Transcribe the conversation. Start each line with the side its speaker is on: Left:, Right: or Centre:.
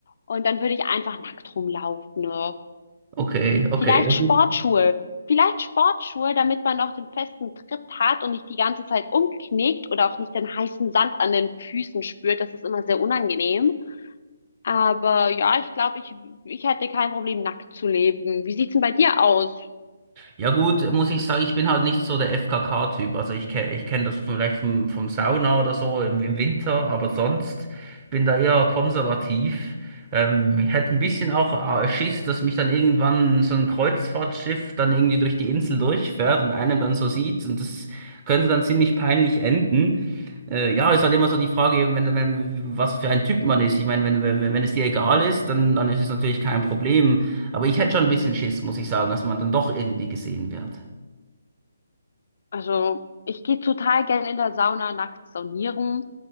Left: Und dann würde ich einfach nackt rumlaufen. Ne?
Right: Okay, okay.
Left: Vielleicht
Right: Ja,
Left: Sportschuhe.
Right: gut.
Left: Vielleicht Sportschuhe, damit man noch den festen Tritt hat und nicht die ganze Zeit umknickt oder auch nicht den heißen Sand an den Füßen spürt. Das ist immer sehr unangenehm. Aber ja, ich glaube, ich, ich hätte kein Problem, nackt zu leben. Wie sieht's denn bei dir aus?
Right: Ja gut, muss ich sagen, ich bin halt nicht so der FKK-Typ. Also ich kenne ich kenn das vielleicht vom, vom Sauna oder so im, im Winter, aber sonst bin da eher konservativ. Ähm, ich hätte ein bisschen auch äh, Schiss, dass mich dann irgendwann so ein Kreuzfahrtschiff dann irgendwie durch die Insel durchfährt und einem dann so sieht und das könnte dann ziemlich peinlich enden. Äh, ja, ist halt immer so die Frage, eben, wenn, wenn, was für ein Typ man ist. Ich meine, wenn, wenn, wenn es dir egal ist, dann, dann ist es natürlich kein Problem. Aber ich hätte schon ein bisschen Schiss, muss ich sagen, dass man dann doch irgendwie gesehen wird.
Left: Also, ich gehe total gern in der Sauna nachts saunieren.